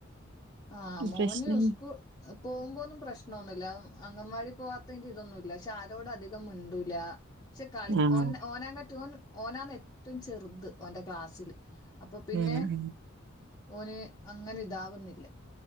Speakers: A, on the left; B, on the right.
A: ആ മോന്
B: പ്രശ്നം
A: സ്കൂ പോകുമ്പൊന്നും പ്രശ്നമൊന്നുല്ല. അംഗൻവാടി പോവാത്തതിന്റെ ഇതൊന്നുമില്ല പക്ഷെ ആരോടും അധികം മിണ്ടൂല. പക്ഷെ കളി
B: ആഹ്
A: ഓ ഓനകി ഓ ഓനാന്ന് ഏറ്റവും ചെറുത് ഓന്റെ ക്ലാസ്സില്, അപ്പൊ പിന്നെ
B: ഉം
A: ഓന് അങ്ങനെ ഇതാവുന്നില്ല.